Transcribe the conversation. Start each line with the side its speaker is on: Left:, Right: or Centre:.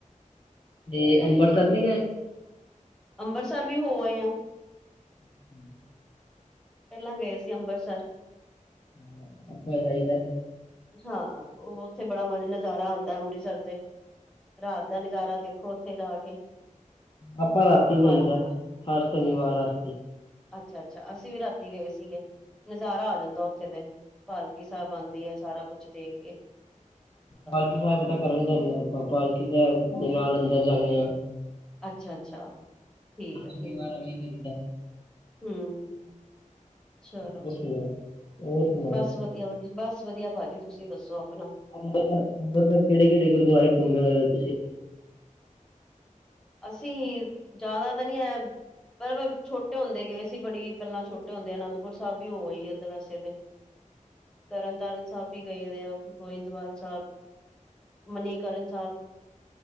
Left: ਤੇ ਅੰਬਰਸਰ ਨੀ ਗਏ।
Centre: ਅੰਬਰਸਰ ਵੀ ਹੋ ਆਏ ਆ।
Left: <inaudible>
Centre: ਪਹਿਲਾਂ ਗਏ ਸੀ ਅੰਬਰਸਰ।
Left: <unintelligible>
Centre: ਹਾਂ ਉਹ ਉੱਥੇ ਬੜਾ ਮਜ਼ਾ ਨਜ਼ਾਰਾ ਆਂਦਾ ਅੰਮ੍ਰਿਤਸਰ ਤੇ। ਰਾਤ ਦਾ ਨਜ਼ਾਰਾਂ ਦੇਖੋ ਉੱਥੇ ਜਾ ਕੇ
Left: ਆਪਾਂ ਰਾਤੀ
Centre: ਬਾਲ
Left: ਜਾਈਦਾ ਹਰ ਸ਼ਨੀਵਾਰ ਰਾਤੀ।
Centre: ਅੱਛਾ ਅੱਛਾ ਅਸੀਂ ਵੀ ਰਾਤੀ ਗਏ ਸੀਗੇ ਨਜ਼ਾਰਾ ਆ ਜਾਂਦਾ ਉੱਥੇ ਤੇ ਪਾਲਕੀ ਸਾਹਿਬ। ਬਣਦੀ ਐ ਸਾਰਾ ਕੁਛ ਦੇਖ ਕੇ। ਉਹਨਾਂ ਦਾ।
Left: ਪਾਲਕੀ ਸਾਹਿਬ ਤਾਂ ਕਰਨ ਜਾਣੇ ਆ ਆਪਾਂ ਪਾਲਕੀ ਸਾਹਿਬ ਦੇ ਨਾਲ ਅੰਦਰ ਜਾਂਦੇ ਆ।
Centre: ਅੱਛਾ ਅੱਛਾ ਠੀਕ ਐ
Left: ਸ਼ਨੀਵਾਰ
Centre: ਠੀਕ ਐ
Left: ਐਵੇਂ ਹੀ ਕਰੀਦਾ।
Centre: ਹੂੰ, ਚਲੋ
Left: ਹੋਰ ਸੁਣਾਓ, ਹੋਰ ਸੁਣਾਓ
Centre: ਬਸ ਵਧੀਆ ਵਧੀਆ ਬਸ ਵਧੀਆ ਭਾਜੀ ਤੁਸੀਂ ਦੱਸੋ ਆਪਣਾ
Left: ਅੰਬਰਸਰ ਅੰਬਰਸਰ ਕਿਹੜੇ ਕਿਹੜੇ ਗੁਰਦੁਆਰੇ ਘੁੰਮੇ ਹੋਏ ਓ ਤੁਸੀਂ।
Centre: ਅਸੀਂ ਜ਼ਿਆਦਾ ਤਾਂ ਨਹੀਂ ਐ। ਪਰ ਛੋਟੇ ਹੁੰਦੇ ਗਏ ਸੀ ਬੜੀ ਪਹਿਲਾਂ ਛੋਟੇ ਹੁੰਦੇ ਆਨੰਦਪੁਰ ਸਾਹਿਬ ਵੀ ਹੋ ਆਏ ਵੈਸੇ ਤੇ। ਤਰਨ ਤਾਰਨ ਸਾਹਿਬ ਵੀ ਗਏ ਆ ਗੋਇੰਦਵਾਲ ਸਾਹਿਬ। ਮਨੀਕਰਨ ਸਾਹਿਬ